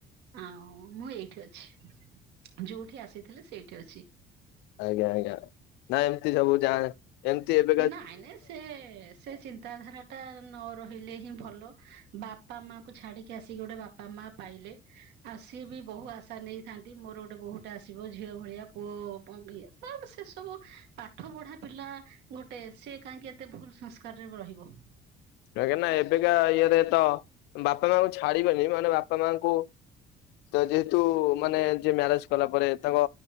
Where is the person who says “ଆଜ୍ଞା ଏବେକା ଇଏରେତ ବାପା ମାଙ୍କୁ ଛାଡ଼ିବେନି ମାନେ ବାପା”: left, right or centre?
Left